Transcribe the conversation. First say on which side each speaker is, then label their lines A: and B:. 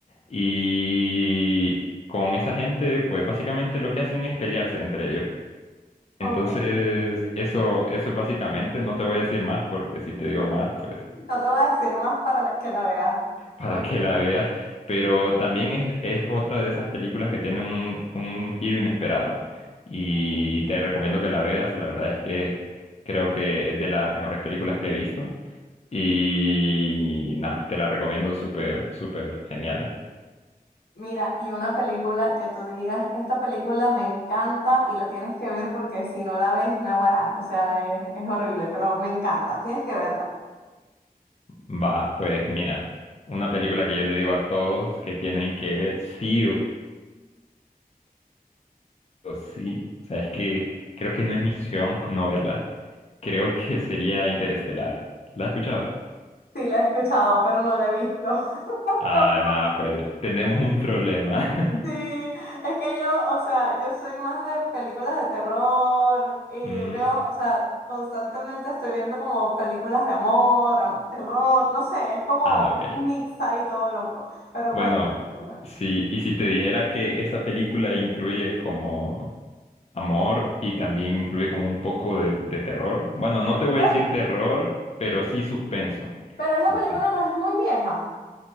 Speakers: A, on the left; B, on the left.
A: y con esa gente, pues básicamente lo que hacen es pelearse entre ellos.
B: ok.
A: Entonces, eso, eso es básicamente, no te voy a decir más porque si te digo más, pues
B: No te voy a decir más para la- que la veas.
A: para
B: Ok.
A: que la veas, pero también es, es otra de esas películas que tiene un, un giro inesperado y te recomiendo que la veas, la verdad es que creo que es de las mejores películas que he visto y nada, te la recomiendo súper, súper genial, ¿eh?
B: Mira, y una película que tú digas, esta película me encanta y la tienes que ver porque si no la ves, naguará. O sea, es, es horrible, pero me encanta. Tienes que verla.
A: Va, pues mira, una película que yo le digo a todos que tienen que ver sí o o sí, o sea, es que creo que no es ni opción con no verla, creo que sería Interestelar. ¿La has escuchado?
B: Sí, la he escuchado, pero no la he visto.
A: Ah,
B: <laughs>
A: nada, pues tenemos un problema. <laughs>
B: Sí, es que yo, o sea, yo soy más de películas de terror y
A: Mm,
B: veo, o sea, constantemente estoy viendo como películas de amor, am- terror, no sé, es como
A: ah, ok.
B: un mix ahí todo loco. Pero
A: Bueno,
B: cuéntame.
A: sí, y si te dijera que esa película incluye como amor y también incluye como un poco de, de terror. Bueno, no
B: ¿En
A: te voy
B: serio?
A: a decir terror, pero sí suspenso.
B: Pero esa
A: Suspenso.
B: película no es muy vieja.